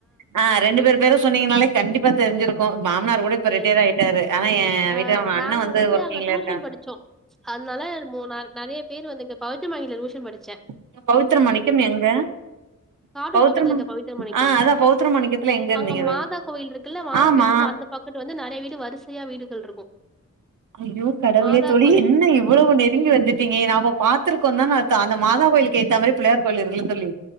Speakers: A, on the right (about 80°); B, in the centre.
A: ஆ ரெண்டு பேரு பேரு சொன்னீங்கனாலே கண்டிப்பா தெரிஞ்சுரு க்கு மாமனார் கூட இப்ப
B: சரி.
A: ரிட்டையர் ஆயிட்டாரு ஆனா எ
B: ஆ
A: வீட்டு அவெங்
B: நாங்க
A: அண்ண வந்து ஒர்க்கிங்ல
B: அங்க டியூஷன்
A: இருக்காங்
B: படிச்சோ அதனால மு நாலு நெறைய பேரு வந்து இந்த பவித்த மணிலே டியூஷன் படிச்சே
A: அங்க பவித்திர மணிக்கம் எங்க
B: காடூர்
A: பௌத்திரமா
B: பக்கத்துல இருக்க பவித்திர மணிக்கம்
A: ஆ அதா பௌத்திரமாணிக்கத்துல எங்க இருந்தீங்க
B: அங்க
A: தோழி
B: மாதா கோவில் இருக்குல்ல மாதா
A: ஆமா
B: கோயிலுக்கும் அந்த பக்கட்டு வந்து நெறைய வீடு வரிசையா வீடுகள் இருக்கு
A: ஐயோ கடவுளே
B: மாதா
A: தோழி
B: கோயில்
A: என்ன இவ்வளவு நெருங்கி வந்துட் டீங்க நாம்ப பாத்துருக்கோந்த நா அந்த மாதா கோயிலுக்கு ஏத்த மாரி பிள்ளையார் கோயில் இருக்குல்ல தோழி